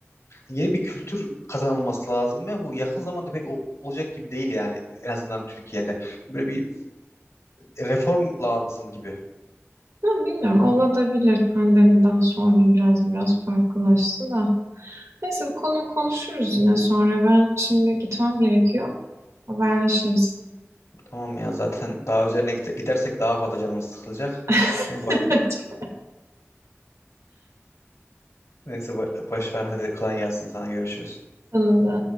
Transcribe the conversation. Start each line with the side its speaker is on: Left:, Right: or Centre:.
Left: yeni bir kültür kazanılması lazım ve bu yakın zamanda pek ol- olacak gibi değil yani en azından Türkiye'de. Böyle bir reform lazım gibi.
Right: Ya bilmiyorum olabilir pandemiden sonra biraz biraz farklılaştı da. Neyse bu konuyu konuşuruz yine sonra. Ben şimdi gitmem gerekiyor. Haberleşiriz.
Left: Tamam ya zaten daha üzerine gide- gidersek daha fazla canımız sıkılacak.
Right: <laughs>
Left: Hem boş- neyse bo- boş ver hadi kolay gelsin sana görüşürüz.
Right: Sana da.